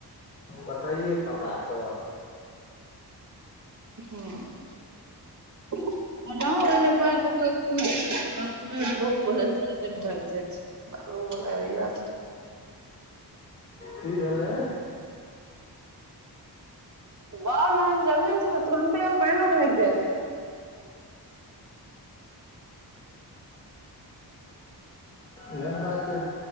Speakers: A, on the left; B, on the right.
A: पटाइए पटा कऽ?
B: हँ, <unintelligible> पानि <unintelligible> भागि जाइ छै। ऊ बला एरिया छै।
A: की भेलै?
B: बाउल नहैत जमीन छै तॅं तुरन्तेमे पाइनो भागि जाइ छै
A: एहन बात छै